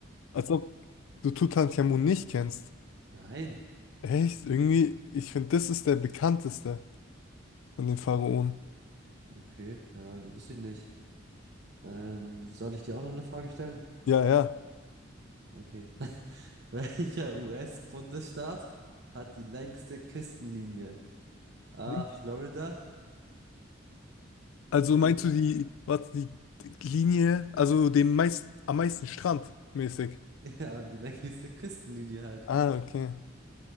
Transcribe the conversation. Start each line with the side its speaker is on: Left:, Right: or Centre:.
Left: Also du Tutanchamun nicht kennst.
Right: Nein,
Left: Echt? Irgendwie, ich finde, das ist der bekannteste von den Pharaonen.
Right: okay, ja, wusste ich nicht. Ähm, soll ich dir auch noch eine Frage stellen?
Left: Ja, ja.
Right: Okay. <laughs> Welcher US-Bundesstaat hat die längste Küstenlinie? A.
Left: Nicht?
Right: Florida.
Left: Also
Right: B.
Left: meinst
Right: Ka-
Left: du die, was, die Linie, also den meist, am meisten Strand mäßig?
Right: <laughs> Ja, die längste Küstenlinie halt.
Left: Ah, okay.